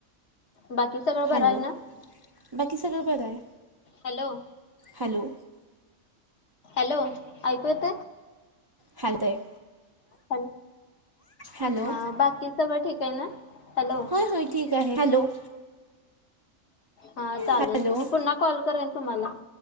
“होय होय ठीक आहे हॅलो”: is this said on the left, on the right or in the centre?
Right